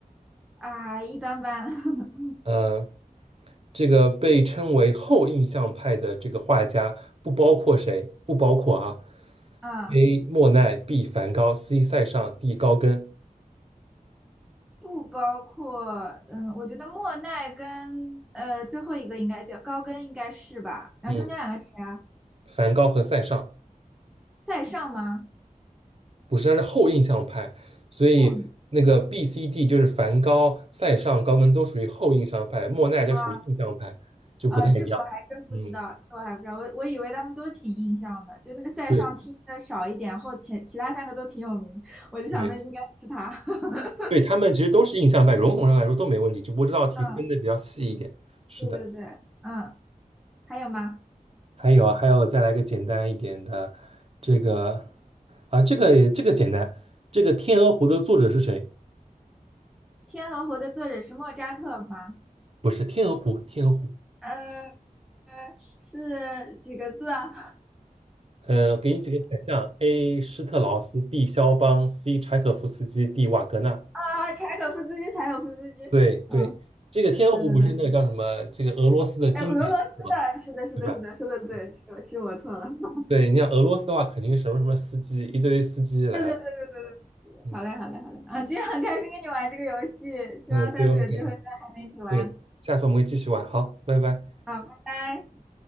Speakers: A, in the centre; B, on the right.
A: 啊，一般般。<laughs>
B: 呃，这个被称为后印象派的这个画家，不包括谁？不包括啊
A: 啊，
B: ，A. 莫奈，B. 梵高，C. 塞尚，D. 高更。
A: 不包括，嗯，我觉得莫奈跟呃最后一个应该叫高跟，应该是吧？然后中间两个是谁啊？
B: 嗯，梵高和塞尚。
A: 塞尚吗？
B: 不是，它是后印象派，所以那个
A: 不一样
B: B、C、D 就是梵高、塞尚、高更都属于后印象派，莫奈就属于印象派，
A: 啊
B: 就不太一样。
A: 啊，这个我还真不知道，
B: 嗯，
A: 这个我还不知道，我我以为他们都挺印象的，就那个塞尚听的少一点，
B: 对
A: 后前其他三个都挺有名，我就想那应该是他。
B: 对
A: <laughs>
B: 对，他们其实都是印象派，笼统上来说都没问题，只不过这道题分的比较细一点。
A: 嗯，
B: 是的，
A: 对对对，嗯，还有吗？
B: 还有啊，还有再来个简单一点的，这个啊，这个也这个简单，这个《天鹅湖》的作者是谁？
A: 《天鹅湖》的作者是莫扎特吗？
B: 不是《天鹅湖》，《天鹅湖》
A: 嗯，是几个字啊？
B: 呃，给你几个选项：A. 施特劳斯，B. 肖邦，C. 柴可夫斯基，D. 瓦格纳。
A: 啊，柴可夫斯基，柴可夫斯基。
B: 对对，
A: 嗯，
B: 这个《天鹅湖》不是那个叫什么？
A: 对对对。
B: 这个俄罗斯的经典是吧？
A: 哎，俄罗斯的，是的，是的，
B: 对吧？
A: 是的，说的对，
B: 嗯
A: 是是我错了。
B: 对，
A: <laughs>
B: 你像俄罗斯的话，肯定是什么什么司机，一堆司机来了。
A: 对对对对对对。
B: 嗯
A: 好嘞，好嘞，好嘞。啊，今天很开心跟你玩这个游戏，希望下次有机会再和你一起玩。
B: 嗯，对我很开心。对，下次我们会继续玩。好，拜拜。
A: 好，拜拜。